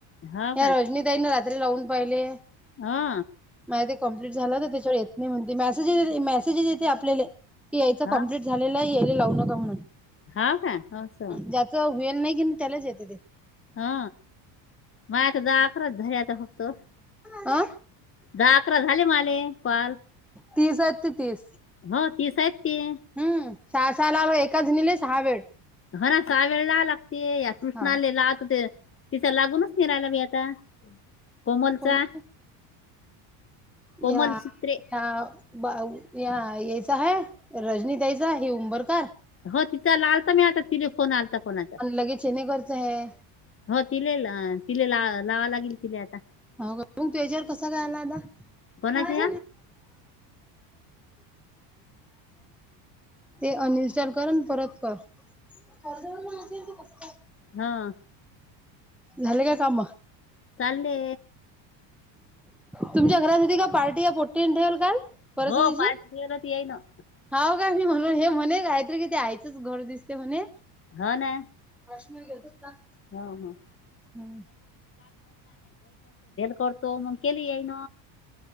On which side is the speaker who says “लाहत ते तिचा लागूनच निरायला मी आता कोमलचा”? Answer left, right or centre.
Left